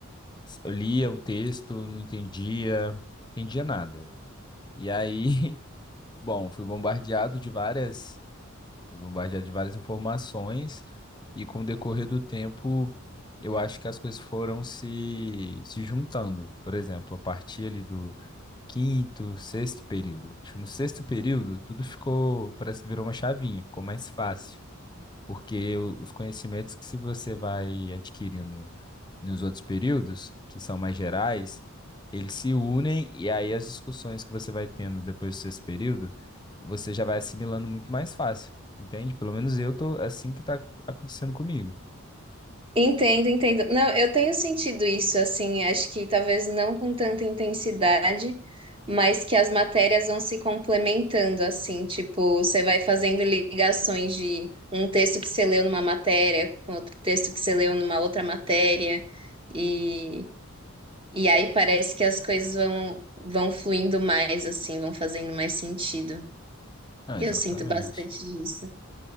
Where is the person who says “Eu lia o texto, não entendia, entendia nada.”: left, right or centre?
Left